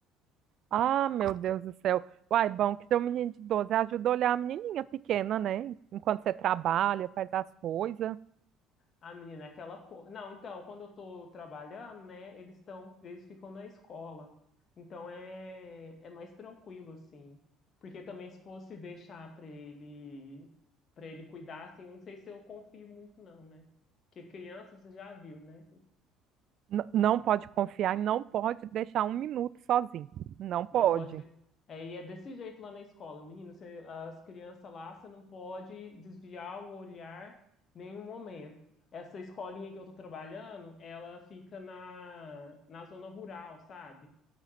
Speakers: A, on the right; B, on the left.
A: Ah, meu Deus do céu. Uai, bom que seu menino de 12 ajuda a olhar a menininha pequena, né? Enquanto você trabalha, faz as coisas.
B: A menina, é aquela coisa. Não, então, quando eu tô trabalhando, né, eles estão, eles ficam na escola. Então é, é mais tranquilo, assim. Porque também se fosse deixar pra ele, para ele cuidar, assim, eu não sei se eu confio muito, não, né? Porque criança, você já viu, né?
A: N- Não pode confiar e não pode deixar um minuto sozinho. Não pode.
B: Não pode. de- É, e é desse jeito lá na escola, menina. você- as crianças lá, você não pode desviar o olhar em nenhum momento. Essa escolinha que eu tô trabalhando, ela fica na, na zona rural, sabe?